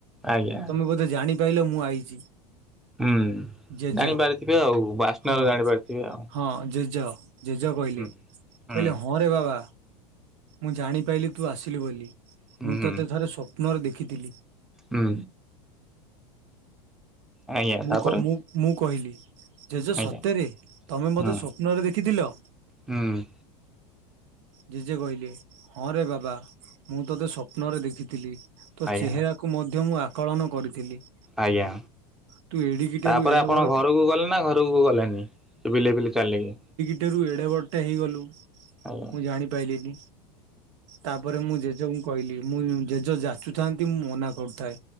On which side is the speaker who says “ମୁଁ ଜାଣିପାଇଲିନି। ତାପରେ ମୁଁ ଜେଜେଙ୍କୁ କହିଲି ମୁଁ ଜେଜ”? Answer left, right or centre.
Right